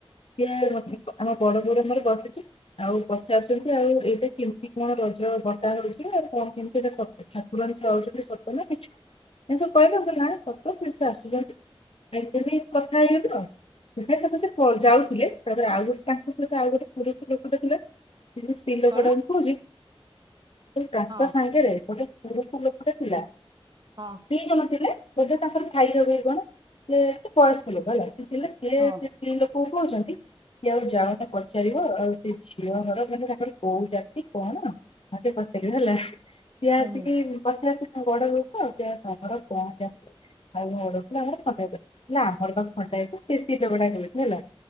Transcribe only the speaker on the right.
କଣ
ହଁ
ହଁ
ହଁ
ହୁଁ
ହୁଁ